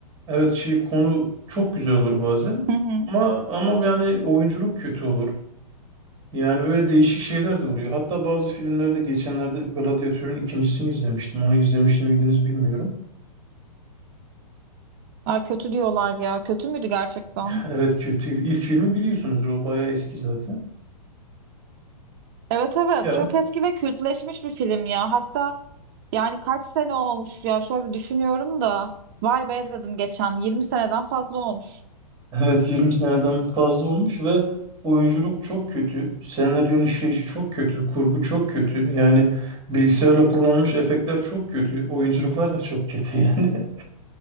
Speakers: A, on the right (about 20°); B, on the right (about 35°).
A: Evet şey konu çok güzel olur bazen.
B: Hı hı.
A: Ama ama yani oyunculuk kötü olur. Yani böyle değişik şeyler de oluyor. Hatta bazı filmlerde geçenlerde Gladyatör'ün ikincisini izlemiştim. Onu izlemiş miydiniz bilmiyorum.
B: Aa, kötü diyorlar ya. Kötü müydü gerçekten?
A: Evet kötüydü. İlk filmi biliyorsunuzdur. O bayağı eski zaten.
B: Evet evet.
A: Ya
B: Çok eski ve kültleşmiş bir film ya. Hatta yani kaç sene olmuş ya. Şöyle bir düşünüyorum da. Vay be dedim geçen. 20 seneden fazla olmuş.
A: Evet 20 seneden fazla olmuş ve oyunculuk çok kötü. Senaryonun işleyişi çok kötü. Kurgu çok kötü. Yani bilgisayarla kullanılmış efektler çok kötü. Oyunculuklar da çok kötü yani. <laughs>